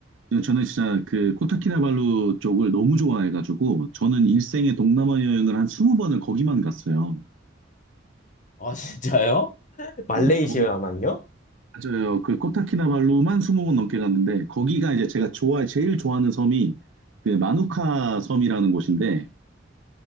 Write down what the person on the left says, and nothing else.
아, 진짜요? <laughs> 말레이시아만요?